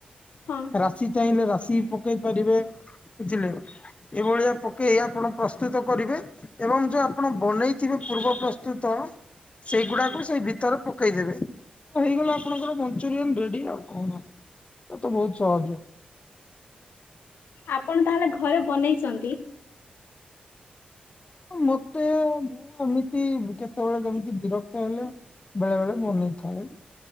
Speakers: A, on the left; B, on the left.
A: ହଁ
B: ରାଶି ଚାହିଁଲେ ରାଶି ପକେଇ ପାରିବେ ବୁଝିଲେ ଏଇଭଳିଆ ପକେଇ ଆପଣ ପ୍ରସ୍ତୁତ କରିବେ ଏବଂ ଯୋଉ ଆପଣ ବନେଇଥିବେ ପୂର୍ବ ପ୍ରସ୍ତୁତ ସେଇଗୁଡାକୁ ସେଇ ଭିତରେ ପକେଇଦେବେ ହେଇଗଲା ଆପଣଙ୍କର ମଞ୍ଚୁରିଆନ ରେଡି ଆଉ କଣ ଏ ତ ବହୁତ ସହଜ
A: ଆପଣ ତାହେଲେ ଘରେ ବନେଇଛନ୍ତି
B: ମତେ ମୁଁ ଏମିତି କେତେବେଳେ କେମିତି ବିରକ୍ତ ହେଲେ ବେଳେ ବେଳେ ବନେଇଥାଏ